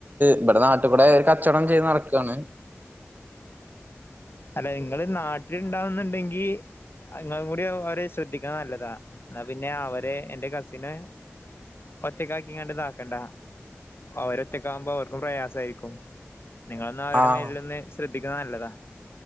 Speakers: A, on the right; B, on the left.
A: ഇബടെ നാട്കൂടെ ഒരു കച്ചവടം ചെയ്ത് നടക്കയാണ്
B: അല്ല നിങ്ങള് നാട്ടിലുണ്ടാവുന്നുണ്ടെങ്കി ഇങ്ങളും കൂടി അവര് ശ്രദ്ധിക്കണ നല്ലതാ എന്നാ പിന്നെ അവര് എന്റെ കസിന് ഒറ്റക്കാക്കിങ്ങാണ്ട് ഇത ആക്കണ്ടൊ അവര ഒറ്റക്കാകുമ്പോ അവർക്കും പ്രയാസമായിരിക്കും നിങ്ങളെന്നാ അവരുടെ
A: ആഹ്
B: മേലിലൊന്ന് ശ്രദ്ധിക്കുന്ന നല്ലതാ